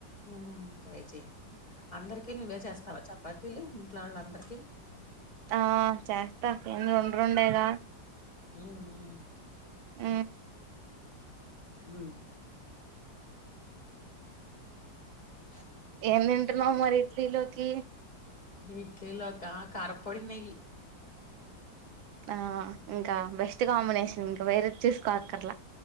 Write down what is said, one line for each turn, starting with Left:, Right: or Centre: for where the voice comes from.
Left: ఉమ్ ట్రై చెయ్ అందరికి నువ్వే చేస్తావా చపాతీలు ఇంట్లో వాళ్లందరికీ
Right: ఆ చేస్తా ఎన్ని రొండురొండే గా
Left: ఉమ్ మ్
Right: ఉమ్
Left: ఉమ్ హ
Right: ఏం తింటున్నావ్ మరి ఇడ్లీలో కి
Left: ఇడ్లీ లోక కారపొడి నెయ్యి
Right: ఆ ఇంకా బెస్ట్ కాంబినేషన్ ఇంక వేరే చేసుకోక్కర్లా